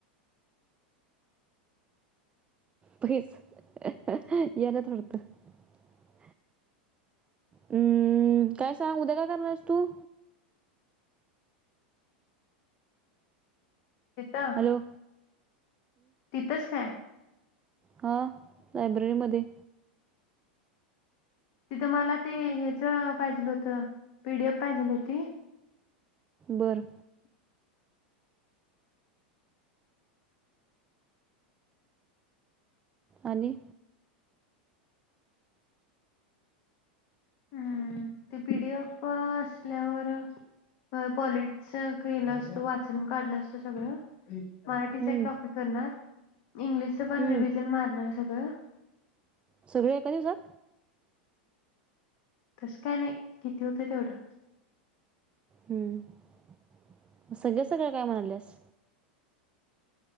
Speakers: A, on the right; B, on the left.
A: पहिच याला थडत <unintelligible> हम्म... काय सांग? उद्या का करणार हायस तू?
B: तिथं,
A: हॅलो
B: तिथंच काय?
A: हा लायब्ररी मधे.
B: तिथं मला ते हच पाहिजेलं होत, पीडीएफ पाहिजेल होती.
A: बरं. आणि?
B: हम् ते पीडीएफ असल्यावर पॉलिटिक्स केलं असतं, वाचन काढलं असतं सगळं. मराठीच
A: हं,
B: एक टॉपिक करणार, इंग्लिशच पण
A: हं.
B: रिव्हिजन मारणार का
A: सगळे एका दिवसात
B: त स्कॅ नाही किती होतं तेवढं
A: हम्म सगळ्या सगळ्या काय म्हणाल्यास